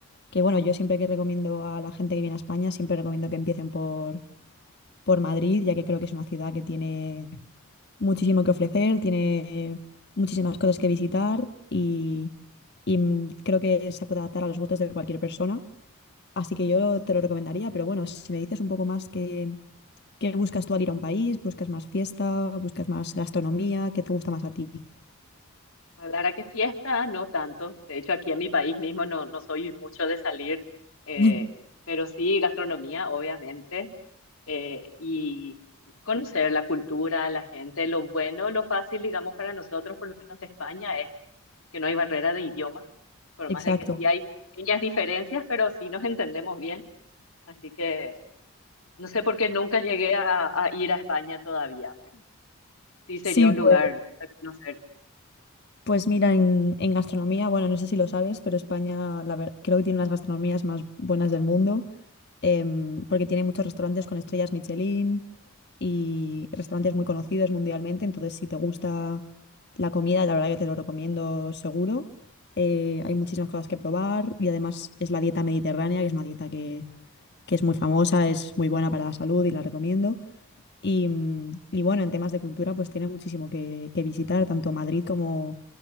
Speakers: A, on the left (about 50°); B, on the left (about 65°).
A: que, bueno, yo siempre que recomiendo a la gente que viene a España, siempre recomiendo que empiecen por, por Madrid, ya que creo que es una ciudad que tiene muchísimo que ofrecer, tiene muchísimas cosas que visitar y, y mm, creo que se puede adaptar a los gustos de cualquier persona. Así que yo te lo recomendaría, pero bueno, si me dices un poco más que ¿Qué buscas tú al ir a un país? ¿Buscas más fiesta? ¿Buscas más gastronomía? ¿Qué te gusta más a ti?
B: La verdad que fiesta, no tanto. De hecho, aquí en mi país mismo no, no soy mucho de salir, eh,
A: <laughs>
B: pero sí gastronomía, obviamente, eh, y conocer la cultura, la gente, lo bueno, lo fácil, digamos, para nosotros, por lo menos de España, es que no hay barrera de idioma por
A: Exacto.
B: más de que sí hay pequeñas diferencias, pero sí nos entendemos bien. Así que no sé por qué nunca llegué a, a ir a España todavía, pero sí sería
A: Sí,
B: un
A: pues,
B: lugar a conocer.
A: pues mira, en, en gastronomía, bueno, no sé si lo sabes, pero España la ver- creo que tiene las gastronomías más buenas del mundo, em, porque tiene muchos restaurantes con estrellas Michelin y restaurantes muy conocidos mundialmente, entonces si te gusta la comida, la verdad que te lo recomiendo seguro. Eh, hay muchísimas cosas que probar y además es la dieta mediterránea, que es una dieta que que es muy famosa, es muy buena para la salud y la recomiendo. Y, mm, y bueno, en temas de cultura, pues tiene muchísimo que, que visitar, tanto Madrid como,